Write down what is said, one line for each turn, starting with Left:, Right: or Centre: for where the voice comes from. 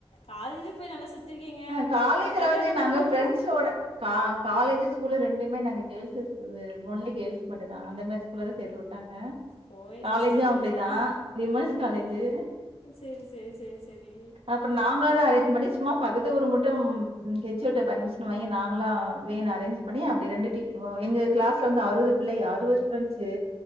Left: காலேஜி போயி நல்லா சுத்திருக்கீங்க
Right: அ
Left: பரவாயில்ல
Right: காலேஜ்ல
Left: கல்யாண
Right: வந்து
Left: ஆனதுக்கு
Right: நாங்க
Left: அப்றோ
Right: ஃப்ரெண்ட்ஸோட கா காலேஜி ஸ்கூலு ரண்டுமே நாங்க கேள்ஸ்ஸு ஸ்கூலு ஒன்லி கேள்ஸ் மட்டுதா அந்த மாரி ஸ்கூல்லதா சேத்து உட் டாங்க
Left: கோயட்ல
Right: காலேஜிம்
Left: சேர்த்து விடலையா
Right: அப்டிதா விமன்ஸ் காலேஜி
Left: செரி செரி செரி செரி
Right: அப்ப நாங்களாதா அரேஞ்சி பண்ணி சும்மா பக்கத்த ஊருக்கு மட்டும் ஹெச் ஓ டிட்ட பர்மிஷன் வாங்கி நாங்களா வேன் அரேஞ்சி பண்ணி அப்டி ரெண்டுடீ ஓ எங்க கிளாஸ்ல வந்து அறுவது பிள்ளைக அறுவது ஸ்டூடண்ட்ஸு